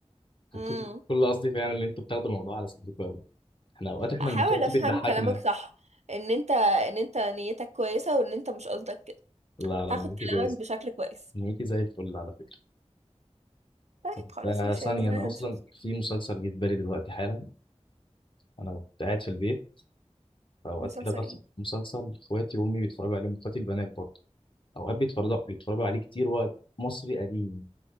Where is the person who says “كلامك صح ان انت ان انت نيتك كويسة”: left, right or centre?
Right